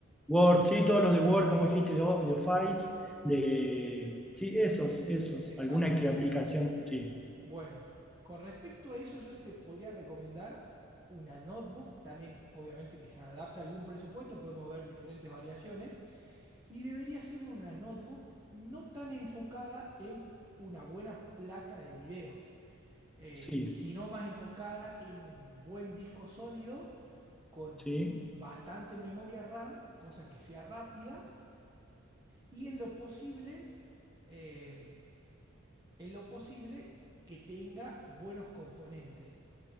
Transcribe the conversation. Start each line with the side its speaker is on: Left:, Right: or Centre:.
Centre: Word, sí, todos los de Word, como dijiste, de, O- de Office, de... Sí, esos, esos.
Right: exacto.
Centre: Alguna que aplicación, sí.
Right: Bueno, con respecto a eso, yo te podría recomendar una notebook, también obviamente que se adapta a algún presupuesto, podemos ver diferentes variaciones, y debería ser una notebook no tan enfocada en una buena placa de video, eh,
Centre: Sí,
Right: sino más enfocada en un buen disco sólido con
Centre: sí,
Right: bastante memoria RAM, cosa que sea rápida, y en lo posible, eh, en lo posible que tenga buenos componentes.